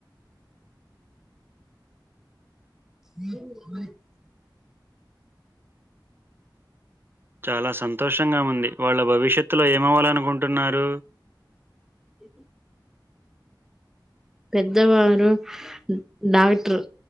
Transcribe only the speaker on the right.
చాలా సంతోషంగా ఉంది వాళ్ల భవిష్యత్తులో ఏమవాలనుకుంటున్నారు